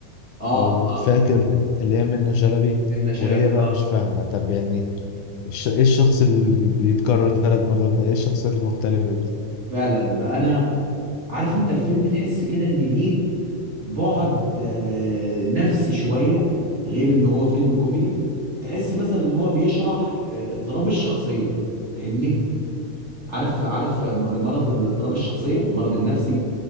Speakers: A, on the right; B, on the left.
A: اه
B: لو
A: اه
B: فاكر اللي هي منة شلبي
A: ان شلبي
B: وهي بقى
A: اه
B: مش فاهمة طب يعني الش- ايه الشخص اللي بي- بيتكرر ثلاث مرات ده ايه الشخصيات المختلفة دي
A: فعلا فانا عارف انت الفيلم تحس كده ان ليه بعد آه، نفسي شويه غير ان هو فيلم كوميدي تحس مثلا ان هو بيشرح آه، اضطراب الشخصيه فاهمني عارف عارف آه، مرض الاضطراب الشخصيه المرض النفسي